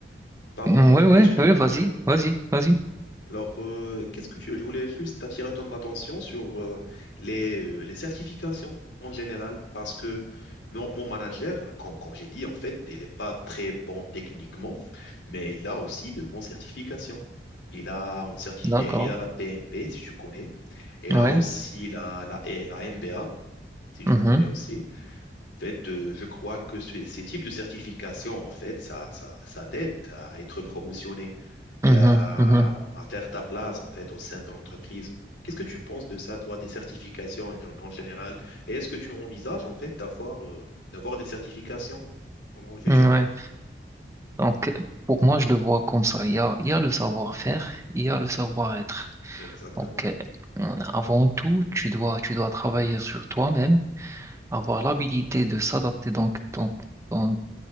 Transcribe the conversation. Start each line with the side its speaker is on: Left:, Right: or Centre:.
Left: pardon,
Right: mm,
Left: pardon,
Right: Ouais,
Left: continue,
Right: ouais, ouais, vas-y,
Left: continue.
Right: vas-y, vas-y.
Left: Alors, euh, qu'est-ce que tu... Je voulais juste attirer ton attention sur euh, les, euh, les certifications en général, parce que mon, mon manager, comme, comme j'ai dit, en fait, il n'est pas très bon techniquement, mais il a aussi de bonnes certifications. Il a, une certifi-
Right: D'accord.
Left: il a la PMP, si tu connais. Il
Right: Ouais.
Left: a aussi la, la, et la MBA, si tu
Right: mhm,
Left: connais aussi. En fait, euh, je crois que ce- ces types de certifications, en fait, ça, ça, ça t'aide à être promotionné et
Right: mhm,
Left: à,
Right: mhm.
Left: à faire ta place, en fait, au sein de l'entreprise. Qu'est-ce que tu penses de ça, toi, des certifications en, en général? Et est-ce que tu envisages, en fait, d'avoir euh, d'avoir des certifications dans le futur?
Right: Ouais. Donc, pour moi, je le vois comme ça. Il y a, il y a le savoir-faire, il y a le savoir-être.
Left: Exactement.
Right: Donc, euh, avant tout, tu dois, tu dois travailler sur toi-même, avoir l'habilité de s'adapter. Donc, donc, donc,